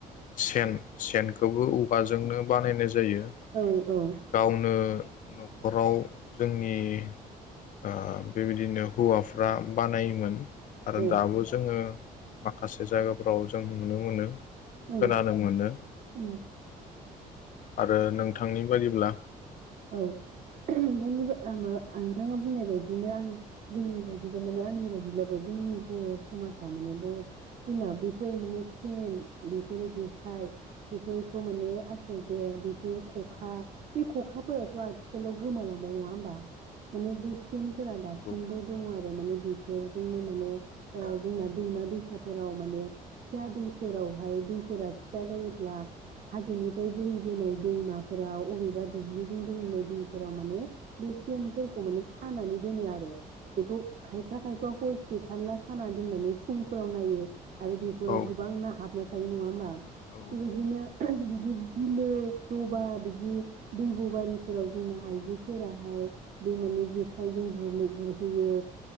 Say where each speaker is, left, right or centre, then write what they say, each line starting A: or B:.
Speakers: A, on the left; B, on the right.
A: सेन सेनखौबो औवाजोंनो बानायनाय जायो
B: औ औ
A: गावनो न'खराव जोंनि ओ बेबायदिनो हौवाफ्रा बानायोमोन आरो
B: औ
A: दाबो जोङो माखासे जायगाफ्राव जों नुनो मोनो
B: उम
A: खोनानो मोनो
B: उम
A: आरो नोंथांनि बायदिब्ला
B: औ नोंथांनिबा‌ आंबो आं नोंथाङा बुंनाय बायदिनो आं जोंनि बायदिब्ला माने आंनि बायदिब्लाबो जोंनि बर' समाजाव माने बर' जोंना बेफोर माने सेन बेफोरो जेखाय बेफोरखौ माने आसिर दे बेफोर खखा बे खखा फोराथ' आथिखालाव गोमालांबाय नङा होमबा माने बे सेनफोरा दासिमबो
A: नंगौ
B: दङ आरो माने बेफोरजोंनो माने ओ जोंना दैमा दैसाफोराव माने फिसा दैफोरावहाय दैफोरा फिसा जायोब्ला हाजोनिफ्राय बोहैबोनाय दैमाफोराव अबेबा दुब्लि बोहैनाय दैफोराव माने बे सेनफोरखौ माने सानानै दोनो आरो बेखौ खायफा खायफा हरसे थालला साना दोननानै फुंफोराव नायो आरो बेफोराव
A: औ
B: गोबां ना हाबनाय ना थायो नङा होमबा
A: औ
B: बेबायदिनो बिदि बिलो दबा बिदि दैबो बोरिफोराव जोंना आइजोफोराहाय बे माने जेखाइजों गुरनो गुरहैयो